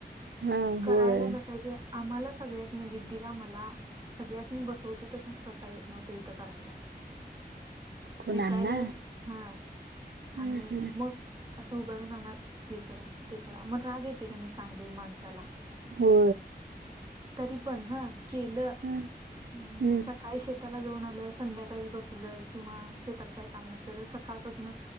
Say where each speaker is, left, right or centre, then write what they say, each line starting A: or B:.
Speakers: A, on the right; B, on the right.
A: हा
B: करायला
A: होय
B: बसायचं आम्हाला सगळ्यास्नी दीदीला मला सगळ्यास्नि बसवत होतो पण स्वतः येत नव्हतं इथं करायला.
A: कुणांना
B: विकायला हा,
A: हा
B: आणि
A: हा
B: मग असं उभारून सांगणार. हे करा, ते करा, मग राग येते की नाय सांग बाई माणसाला.
A: हो
B: तरी पण हा केलं, अ
A: हा हम्म
B: सकाळी शे ताला जाऊन आलं. संध्याकाळी बसलं, किंवा शेतात काय काम नसलं तर सकाळपासून